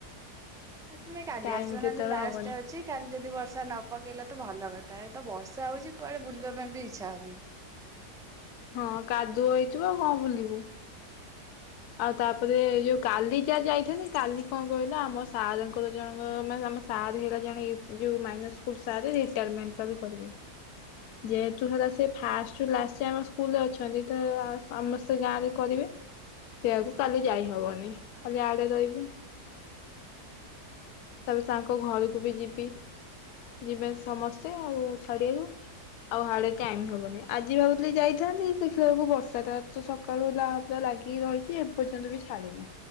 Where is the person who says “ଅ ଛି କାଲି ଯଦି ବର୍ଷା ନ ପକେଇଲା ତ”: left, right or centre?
Centre